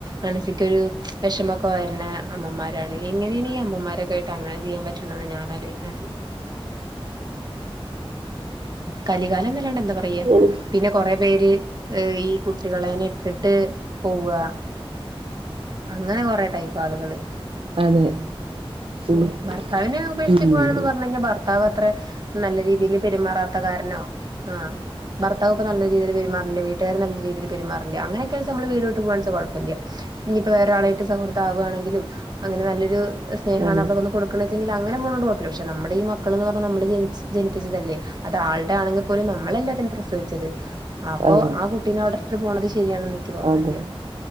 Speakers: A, on the right; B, on the right.
A: മനസ്സിക്കൊരു വിഷമൊക്കെ വരുന്ന അമ്മമാരാണ് എങ്ങനെ അമ്മമാരൊക്ക ആയിട്ട് അങ്ങനെ ചെയ്യാൻ പറ്റ റ്റ്ണെ ന്നാ ഞാനാലോയ്ക്ണെ അത് കലികാലംന്നല്ലാണ്ട എന്താ പറ പയ്യ
B: എനിക്ക്
A: പിന്നെ കൊറെ പേര് ഏ ഈ കുട്ടികളനെ ഇട്ടിട്ട് പോവാ അങ്ങനെ കൊറെ ടൈപ്പ് ആളുകള്
B: അതെ ഉം
A: ഏ ഭർത്താവിനെ ഉപേക്ഷിച്
B: ഉം
A: പൊവാണന്ന് പറ്ഞ്ഞഴിഞ്ഞാൽ ഭർ ത്താവ് അത്ര നല്ല രീതിൽ പെരുമാറാത്ത കാരണോ ആഹ് ഭർത്താവ് പ്പ നല്ല രീതിൽ പെരുമാറില്ല വീട്ട്കാര് നല്ല രീതിൽ പെരുമാറില്ല അങ്ങനൊക്കെ ആണ്ച്ചാ നമ്മള് വീട് വിട്ട് പോവാണ്ച്ചാ കൊഴപ്പല്ല ഇഞ്പ്പോ വേറൊരാളായിട്ട് സൗഹൃദം ആവാണെങ്കിലും അങ്ങനെ നല്ലൊരു സ്നേഹാണ്
B: അതെ
A: അവിടെവന്ന് കൊടുക്ണെചെങ്കില് അങ്ങനെ പൊണോണ്ട് കൊഴപ്പില്ല പക്ഷ നമ്മടെ ഈ മക്കള് ന്ന് പറ്ഞാ നമ്മള് ജനിച്ച് പ്പിച്ചതെല്ലേ അത് ആളുടെ ആണെങ്കിൽ പോലും നമ്മളല്ലേ അതിനെ പ്രസവിച്ചത് അപ്പോ
B: അതെ
A: ആ കുട്ടി ട്ടിനെ അവടെട്ട് പോണത് ശരിയാണന്ന് നിക്ക് തോന്നനില്ല
B: അതെ